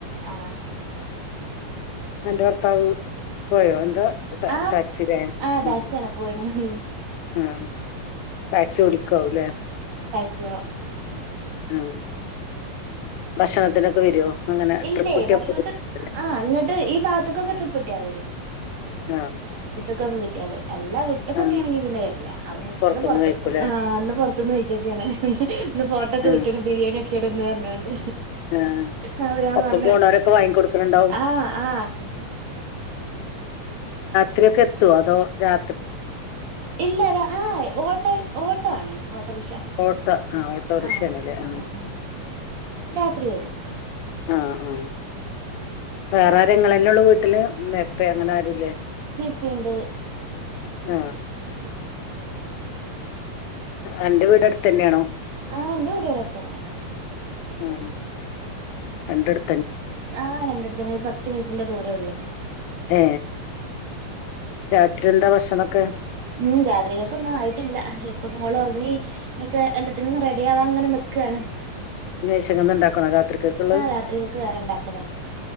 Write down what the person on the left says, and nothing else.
അന്റെ ഭർത്താവ് പോയോ എന്താ ടാ
ടാക്സിലേ
ഉം
ഉം ടാക്സി ഓടി ക്കുലേ
ആ ഭക്ഷണത്തിനൊക്കെ വരുവോ അങ്ങനെ
ട്രിപ്പ് കിട്ടിയപ്പോ
വരുവല്ലേ?
ആ
ആ
പുറത്തുന്ന്
കഴിക്കൂലേ
ആ
ആ
ഒപ്പം
പോണവരൊക്കെ വാങ്ങിക്കൊടുക്കണുണ്ടാവും
ത്രി ഒക്കെ എത്തുവോ അതോ രാ
ഓട്ടോ ആ ഓട്ടോറിക്ഷയാണല്ലേ
ആ
ആ ആ വേറെ ആര് ഇങ്ങളല്ലേയുള്ളു വീട്ടില് ഉമ്മയും ഉപ്പയും അങ്ങനെ ആരൂല്ലേ
ആ
അന്റെ വീട് അടുത്ത് തന്നെയാണോ
ഉം അന്റെട്
ഏ രാത്രി എന്താ ഭക്ഷണൊക്കെ
<unintelligible> ഉണ്ടാക്കണോ രാത്രിത്തെക്കുള്ളത്